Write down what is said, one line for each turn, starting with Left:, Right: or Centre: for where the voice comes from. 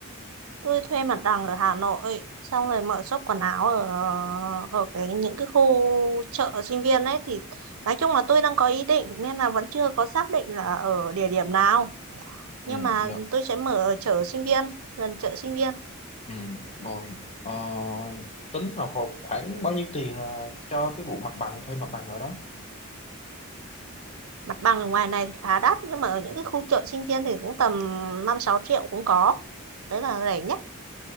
Right: Tôi thuê mặt bằng ở Hà Nội, xong rồi mở shop quần áo ở ở cái những cái khu chợ sinh viên ấy thì nói chung là tôi đang có ý định nên là vẫn chưa có xác định là ở địa điểm nào,
Left: Ừ,
Right: nhưng mà
Left: dạ.
Right: tôi sẽ mở ở chợ sinh viên, gần chợ sinh viên.
Left: Ừ, rồi. Ờ, tính là kho- khoảng bao nhiêu tiền là cho cái vụ mặt bằng thuê mặt bằng ở đó?
Right: Mặt bằng ở ngoài này thì khá đắt nhưng mà ở những cái khu chợ sinh viên thì cũng tầm 5 6 triệu cũng có. Đấy là rẻ nhất.